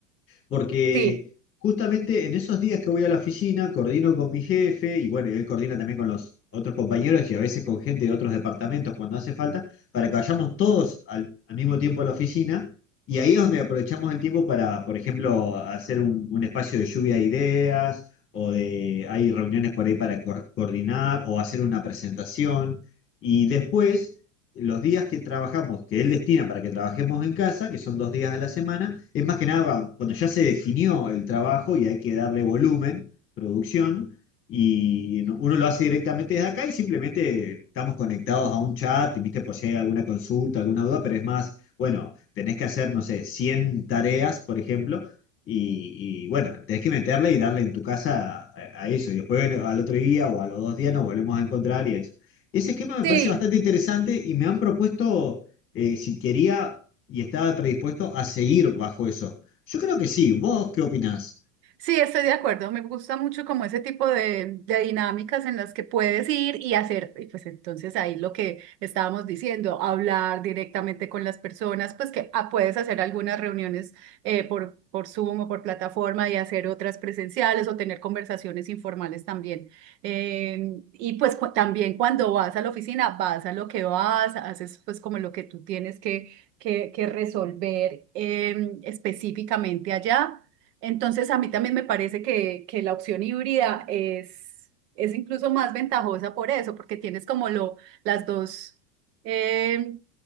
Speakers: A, on the left; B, on the right.
A: porque
B: sí,
A: justamente en esos días que voy a la oficina, coordino con mi jefe y bueno, y él coordina también con los otros compañeros y a veces con gente de otros departamentos cuando hace falta, para que vayamos todos al, al mismo tiempo a la oficina. Y ahí es donde aprovechamos el tiempo para, por ejemplo, hacer un, un espacio de lluvia de ideas o de, hay reuniones por ahí para co- coordinar o hacer una presentación. Y después los días que trabajamos, que él destina para que trabajemos en casa, que son dos días a la semana, es más que nada cuando ya se definió el trabajo y hay que darle volumen, producción, y no, uno lo hace directamente desde acá y simplemente estamos conectados a un chat, viste, por si hay alguna consulta, alguna duda, pero es más, bueno, tenés que hacer, no sé, 100 tareas, por ejemplo, y, y, bueno, tenés que meterle y darle en tu casa a, a eso, y después al otro día o a los dos días nos volvemos a encontrar y eso. Ese esquema me
B: sí.
A: parece bastante interesante y me han propuesto eh, si quería y estaba predispuesto a seguir bajo eso. Yo creo que sí. ¿Vos qué opinás?
B: Sí, estoy de acuerdo. Me gusta mucho como ese tipo de, de dinámicas en las que puedes ir y hacer, y pues entonces ahí lo que estábamos diciendo, hablar directamente con las personas, pues que ah, puedes hacer algunas reuniones eh, por, por Zoom o por plataforma y hacer otras presenciales o tener conversaciones informales también. Eh, y pues cu- también cuando vas a la oficina, vas a lo que vas, haces pues como lo que tú tienes que, que, que resolver em, específicamente allá entonces, a mí también me parece que, que la opción híbrida es, es incluso más ventajosa por eso, porque tienes como lo, las dos. eh,